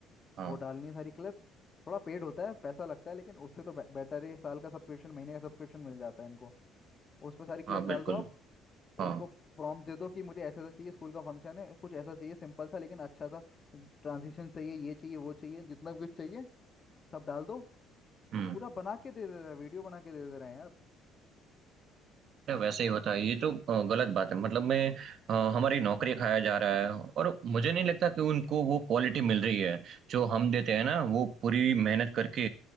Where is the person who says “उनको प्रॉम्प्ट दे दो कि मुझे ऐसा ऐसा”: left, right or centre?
Left